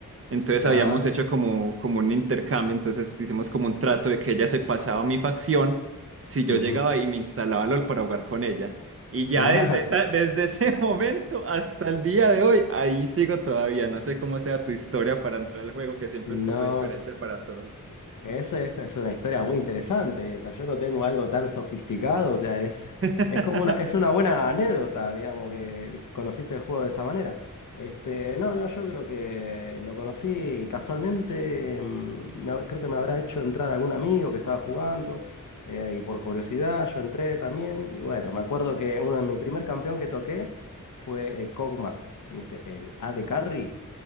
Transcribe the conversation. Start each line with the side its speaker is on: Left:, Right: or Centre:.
Right: Entonces
Left: Ah.
Right: habíamos hecho como, como un intercambio, entonces hicimos como un trato de que ella se pasaba a mi facción si yo
Left: Ujú.
Right: llegaba y me instalaba LOL para jugar con ella. Y ya
Left: Ah,
Right: desde esa, desde ese <laughs> momento hasta el día de hoy, ahí sigo todavía. No sé cómo sea tu historia para entrar al juego, que siempre
Left: no,
Right: es como diferente para todos.
Left: eso es, es una historia muy interesante esa. Yo no tengo algo tan sofisticado, o sea, es,
Right: <laughs>
Left: es como una, es una buena anécdota, digamos, que conociste el juego de esa manera. Este, no, no, yo creo que lo conocí casualmente, mm, me hab- creo que me habrá hecho entrar algún amigo que estaba jugando, eh, y por curiosidad yo entré también, y bueno, me acuerdo que uno de mi primer campeón que toqué fue eh, Kog'Maw, ¿viste? El AD Carry.